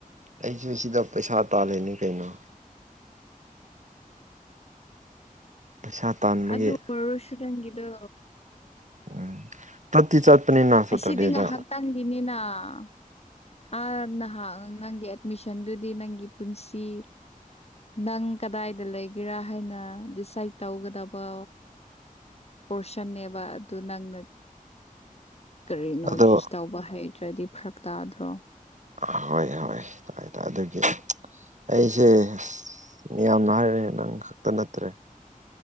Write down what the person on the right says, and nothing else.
ꯑꯩꯁꯨ ꯁꯤꯗ ꯄꯩꯁꯥ ꯇꯥꯜꯂꯤꯅꯤ ꯀꯩꯅꯣ ꯄꯩꯁꯥ ꯇꯥꯟꯕꯒꯤ
ꯎꯝ ꯆꯠꯇꯤ ꯆꯠꯄꯅꯦꯅ ꯁꯇ꯭ꯔꯗꯦ
ꯗ
ꯑꯗꯣ
ꯍꯣꯏ ꯍꯣꯏ ꯇꯥꯏ ꯇꯥꯏ ꯑꯗꯨꯒꯤ ꯑꯩꯁꯦ ꯃꯤꯌꯥꯝꯅ ꯍꯥꯏꯔꯦ ꯅꯪ ꯈꯛꯇ ꯅꯠꯇ꯭ꯔꯦ